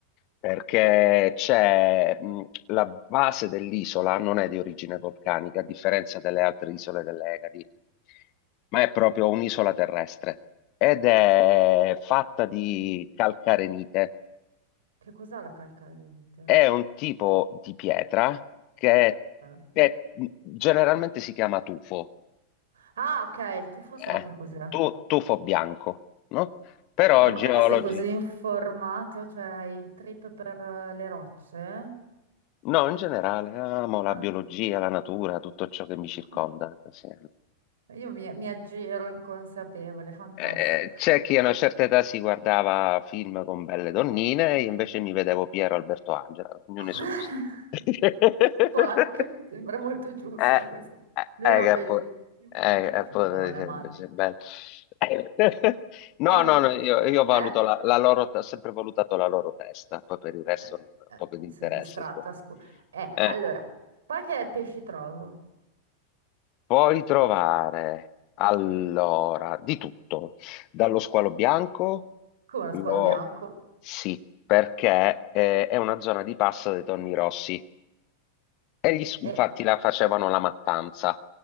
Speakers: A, on the left; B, on the right.
A: perché c'è mh, la base dell'isola non è di origine vulcanica, a differenza delle altre isole delle Egadi, ma è proprio un'isola terrestre ed è fatta di calcarenite
B: Che cos'è la calcarente?
A: È un tipo di pietra che
B: Eh.
A: è- generalmente si chiama tufo,
B: Ah, ok, il tufo
A: eh?
B: so che cos'è. Ma
A: Tu- tufo bianco, no? Però
B: com'è
A: geologi,
B: che sei così informato? Cioè, hai il trip per eh, le rocce?
A: no, in generale, amo la
B: Ah,
A: biologia, la natura, tutto ciò che mi circonda.
B: ah,
A: sì.
B: io mi, mi aggiro inconsapevole, fantastico.
A: Eh, c'è chi a una certa età si guardava film con belle donnine, io invece mi vedevo Piero Alberto Angela, ognuno
B: <laughs>
A: i suoi gusti. <laughs>
B: Quark, mi sembra molto giusta
A: Eh,
B: questa.
A: eh,
B: Lui
A: eh,
B: era
A: che
B: bellissimo,
A: poi, eh,
B: anche il
A: eh,
B: figlio
A: poi
B: non è
A: sarebbe-
B: male.
A: sarebbe bello. <laughs> No,
B: Ah,
A: no, no, io,
B: eh,
A: io valuto
B: eh,
A: la, la loro, ho sempre valutato la loro testa, poi per il resto
B: eh,
A: non ho
B: eh,
A: poco di
B: mi
A: interesse.
B: sono distratta,
A: secondo
B: scusa. Eh,
A: me.
B: allora,
A: Eh,
B: poi che pesci trovo?
A: puoi trovare allora di tutto, dallo squalo bianco,
B: Come uno
A: lo,
B: squalo bianco?
A: sì, perché eh, è una zona di passa dei tonni rossi. E gli s- infatti
B: Eh, ma,
A: la facevano la mattanza,